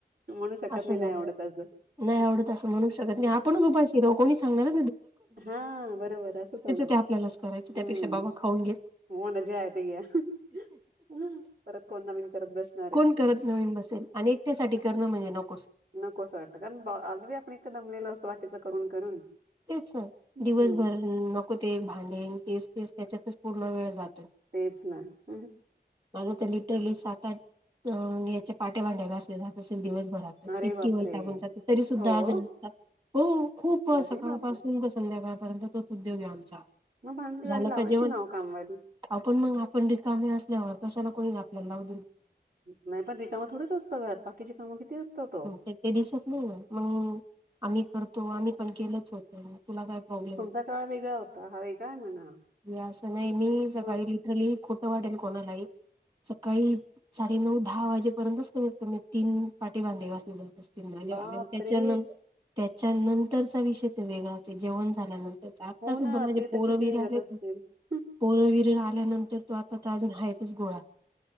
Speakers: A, on the right; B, on the right.
A: म्हणू शकत
B: असं
A: नाही
B: झालं
A: नाही आवडत असं.
B: नाही आवडत असं म्हणू शकत नाही आपणच उपाशी राहू कोणी सांगणार
A: हा बरोबर असच होणार
B: ते आपल्यालाच करायचं त्यापेक्षा
A: हम्म
B: बाबा खाऊन घेत
A: होन जे आहे ते <unintelligible> ह परत कोण नवीन करत बसणार
B: कोण
A: आहे
B: करत नवीन बसेल आणि एकट्यासाठी करणं म्हणजे नकोच.
A: नकोसं वाटतं कारण अगदी आपण इथं जमलेलं असं बाकीच करून करून
B: तेच ना
A: हम्म
B: दिवसभर नको ते भांडे तेच तेच त्याच्यातच पूर्ण वेळ जातो
A: तेच नाही
B: माझ तर लिटरली सात आठ अ याच्या पाट्या भांड्या घासलेला तसे दिवस
A: अरे
B: इतकी
A: बापरे
B: वैतागून जाते तरी सुद्धा
A: हो.
B: आज नतात हो खूप
A: अरे
B: सकाळपासून
A: बापरे!
B: तर संध्याकाळपर्यंत तोच उद्योग आहे आमचा
A: मग भांडीवाली
B: झालं
A: लावायची
B: का जेवण
A: नाव कामवाली.
B: आपण मग पंडित कामे असल्यावर कशाला कोणी आपल्याला लाव
A: नाही पण रिकामा थोडंच असतं घरात बाकीची कामं किती असतात ओ.
B: ते ते दिसत नाही ना मग आम्ही करतो आम्ही पण केलच होत. तुला काय प्रॉब्लेम
A: तुमचा काळ वेगळा होता हा वेगळा आहे म्हणा.
B: <inaudible> वस नाही मी सकाळी
A: मग
B: लिटरली. खोटं वाटेल कोणालाही सकाळी साडेनऊ दहा वाजेपर्यंतच कमीत कमी तीन पाटी भांडे घासलेले
A: बापरे!
B: आहे. त्याच्यानंत त्याच्या नंतरचा विषय तो वेगळाच जेवण झाल्यानंतर आता
A: हो
B: सुद्धा
A: ना
B: म्हणजे
A: ते
B: पोरबीर
A: तर किती निघत
B: आले
A: असतील. हं,
B: पोरबीर. ल्यानंतर तो आता अजून हच गोळा